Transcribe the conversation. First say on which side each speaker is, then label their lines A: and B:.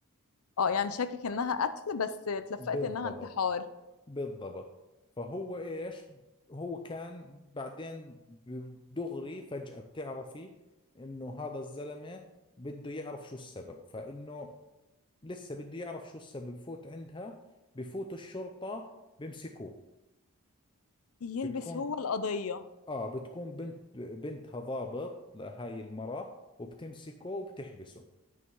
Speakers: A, on the left; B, on the left.
A: اه يعني شاكك انها قتل بس اتلفقت
B: بالضبط
A: انها انتحار
B: بالضبط فهو ايش هو كان بعدين دغري فجأة بتعرفي انه هذا الزلمة بده يعرف شو السبب فانه لسه بده يعرف شو السبب بفوت عندها بفوت الشرطة بمسكوه
A: يلبس
B: بتكون
A: هو القضية
B: اه بتكون بنت بنتها ضابط لهاي المرة وبتمسكه وبتحبسه